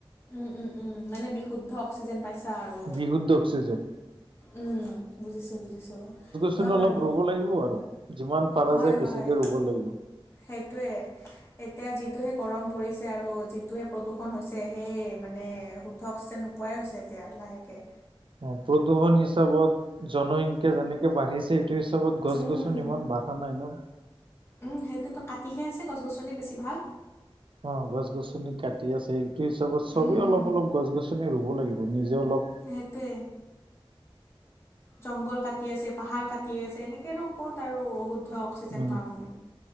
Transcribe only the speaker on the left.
উম, উম, উম, মানে বিষ শুদ্ধ অক্সিজেন পাইছা আৰু।
উম, বুজিছোঁ বুজিছোঁ।
হয়
বাৰু,
হয়,
হয়,
সেইটোৱে। এতিয়া যিটোহে গৰম পৰিছে আৰু, যিটোহে প্ৰদূষণ হৈছে সেই মানে <unintelligible> পোৱাই হৈছে এতিয়া লাহেকে।
উম,
উম, সেইটোতো কাটিহে আছে গছ গছনি বেছিভাগ।
উম,
সেইটোৱে। জংঘল কাটি আছে, পাহাৰ কাটি আছে, এনেকে আৰু ক'ত আৰু অশুদ্ধ অক্সিজেন
পাম আমি,